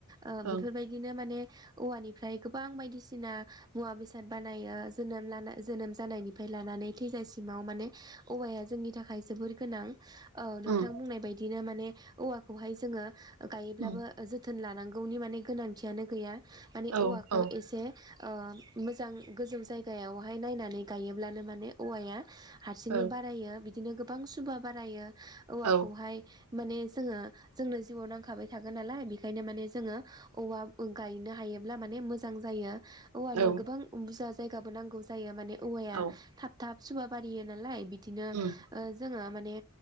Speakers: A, on the right (about 20°); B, on the right (about 80°).
A: ओ बेफोरबायदिनो
B: ओं
A: माने औवानिफ्राय गोबां बायदिसिना मुवा बेसाद बानायो जोनोम ला जोनोम जानायनिफ्राय लानानै थैजासिमाव माने औवाया जोंनि थाखाय जोबोर गोनां। औ नोंथां
B: उम
A: बुंनाय बायदिनो मा बे औवाखौहाय जोङो गायोब्लाबो
B: उम
A: जोथो जोथोन लानांगौनि माने गोनांथियानो गैया। माने
B: औ
A: औवाखौ
B: औ
A: एसे। ओ मोजां गोजौ जायगायावहाय नायनानै गायोब्लानो माने औवाया हारसिंनो
B: औ ओं
A: बारायो बिदिनो गोबां सुबा बारायो औवाखौहाय
B: औ
A: माने जोङो जोंनो जिउआव नांखाबाय थागोन नालाय बेख ओंखायनो माने जोङो औवा गायनो हायोब्ला माने मोजां जायो। औवानो
B: ओं
A: गोबां बुरजा जायगाबो नांगौ जायो माने औवाया
B: औ
A: थाब थाब सुबा बारियो नालाय बिदि बिदिनो
B: उम
A: जोङो माने